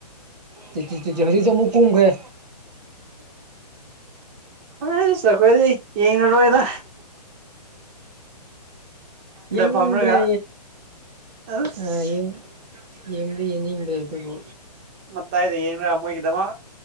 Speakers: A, on the right; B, on the right.
A: ꯆꯤꯆꯤ ꯆꯤꯆꯤ ꯍꯧꯖꯤꯛꯁꯨ ꯑꯃꯨꯛ ꯀꯨꯝꯈ꯭ꯔꯦ
B: ꯑꯁ ꯑꯈꯣꯏꯗꯤ ꯌꯦꯡꯉꯥꯔꯣꯏꯗ
A: ꯌꯦꯡꯅꯤꯡꯗ꯭ꯔꯦ
B: ꯐꯝꯔꯒ ꯑꯁ
A: ꯑ ꯌꯦꯡ <unintelligible> ꯌꯦꯡꯗꯤ ꯌꯦꯡꯅꯤꯡꯗꯔꯦ ꯑꯗꯨꯕꯨ
B: ꯃꯇꯥꯏꯗ ꯌꯦꯡꯒ ꯃꯣꯏꯒꯤꯗꯃꯛ